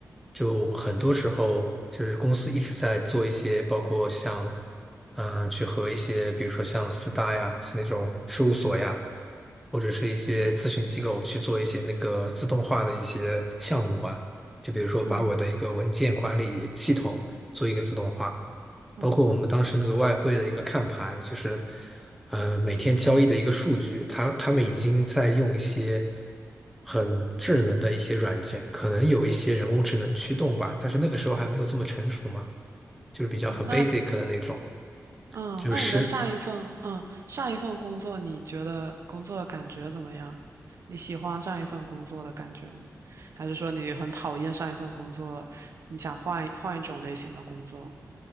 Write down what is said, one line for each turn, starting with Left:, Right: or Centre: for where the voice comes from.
Centre: 就很多时候就是公司一直在做一些，包括像嗯、呃去和一些，比如说像四大呀，是那种事务所呀，或者是一些咨询机构去做一些那个自动化的一些项目吧，
Right: 嗯
Centre: 就比如说把我的一个文件管理系统做一个自动化。
Right: 嗯嗯，
Centre: 包括我们当时那个外汇的一个看盘，就是呃每天交易的一个数据，他他们已经在用一些很智能的一些软件，可能有一些人工智能驱动吧，但是那个时候还没有这么成熟嘛，就是比较很
Right: 嗯那
Centre: basic 的那种。
Right: 嗯，
Centre: 就是
Right: 那你的上一份嗯上一份工作，你觉得工作的感觉怎么样？你喜欢上一份工作的感觉吗？还是说你很讨厌上一份工作，你想换一换一种类型的工作？